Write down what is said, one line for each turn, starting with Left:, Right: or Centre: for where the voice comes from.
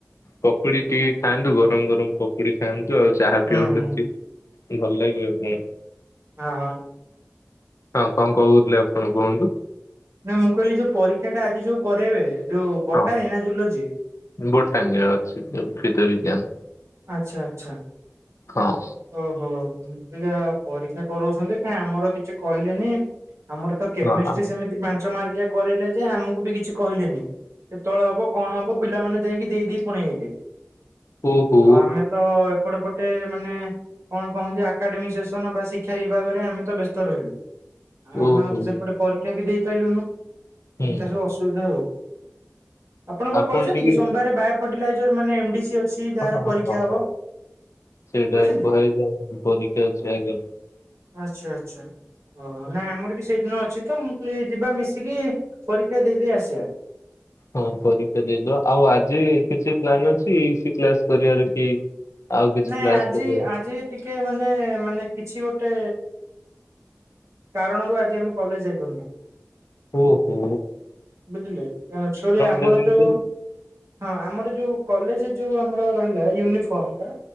Left: ପକୁଡି ଟିକେ ଖାଆନ୍ତୁ ଗରମ ଗରମ ପକୁଡି ଖାଆନ୍ତୁ ଆଉ ଚାହା
Right: ହୁଁ
Left: ପିଉନ
Right: ହୁଁ
Left: ଚି। ଭଲ ଲାଗିବ କଣ?
Right: ହଁ ହଁ।
Left: ହଁ କଣ କହୁଥିଲେ ଆପଣ କୁହନ୍ତୁ?
Right: ନା ମୁଁ କହିଲି ଯୋଉ ପରୀକ୍ଷା ଟା ଆଜି ଯୋଉ କରେଇବେ। ଯୋଉ ବଟାନୀ
Left: ହଁ
Right: ନା ଜୁଲୋଜି?
Left: ଗୋଟାଟା ଅଛି ଉଦ୍ଭିଦ ବିଜ୍ଞାନ।
Right: ଆଚ୍ଛା ଆଚ୍ଛା
Left: ହଁ
Right: ଓ ହୋ। ପିଲା ପରୀକ୍ଷା କରାଉଛନ୍ତି କାଇଁ ଆମର କିଛି କହିଲେନି। ଆମର ତ କେମିଷ୍ଟ୍ରି
Left: ହଁ ଆ
Right: ସେମିତି ପାଞ୍ଚ ମାର୍କିଆ କରିଲେ ଯେ ଆମକୁ ବି କିଛି କହିଲେନି। କେତେବେଳେ ହବ କଣ ହବ ପିଲାମାନେ ଯାଇକି ଦେଇ ଦେଇ ପୁଣି ପଳାଇ ଆଇଲେ।
Left: ଓହୋ
Right: ଓ ଆମେ ତ ଏପଟେ ପଟେ ପଟେ ମାନେ କଣ କହନ୍ତି ଆକାଡେମିକ ସେସନ ବା ଶିକ୍ଷା ବିଭାଗରେ ଆମେ ତ ବ୍ୟସ୍ତ ରହିଲୁ। ଆଉ
Left: ଓହୋ
Right: ଆମେ ଆଉ ତ ସେପଟେ ପରୀକ୍ଷା ବି ଦେଇପାରଲୁନୁ
Left: ହୁଁ
Right: ଏମିତି ସବୁ ଅସୁବିଧା ଆଉ। ଆପଣଙ୍କର
Left: ଆପଣ
Right: କହିଛନ୍ତି
Left: ଟିକେ
Right: କି ସୋମବାରେ ବାୟୋ ଫର୍ଟିଲାଇଜର ମାନେ ଏମଡିସି ଅଛି ଯାହାର
Left: ହ
Right: ପରୀକ୍ଷା
Left: ହ
Right: ହବ
Left: ସେଇଟା
Right: କହିଛନ୍ତି?
Left: କୁହାଯାଏ ପରୀକ୍ଷା ଅଛି ଆଜ୍ଞା।
Right: ଆଚ୍ଛା ଆଚ୍ଛା ଓହୋ ନାଇଁ ଆମର ବି ସେଇଦିନ ଅଛି ତ ମୁଁ କହିଲି ଯିବା ମିଶିକି। ପରୀକ୍ଷା ଦେଇଦେଇ ଆସିବା
Left: ହଁ ପରୀକ୍ଷା ଦେଇଦବା ଆଉ ଆଜି କିଛି ପ୍ଲାନ ଅଛି ଏଇସି କ୍ଲାସ କରିବାର କି? ଆଉ କିଛି
Right: ନାଇଁ
Left: କ୍ଲାସ୍
Right: ଆଜି
Left: କରିବାର
Right: ଆଜି ଟିକେ ମାନେ ମାନେ କିଛି ଗୋଟେ କାରଣରୁ ଆଜି ଆମେ କଲେଜ ଯାଇପାରୁନୁ।
Left: ଓହୋ
Right: ବୁଝିଲେ କାରଣ ଛୁଳି ଆମର
Left: ଟା ଜାଣିଛନ୍ତି
Right: ଯୋଉ ହଁ ଆମର ଯୋଉ କଲେଜ ଯୋଉ ଆମର ରହିଲା ୟୁନିଫର୍ମ ଟା।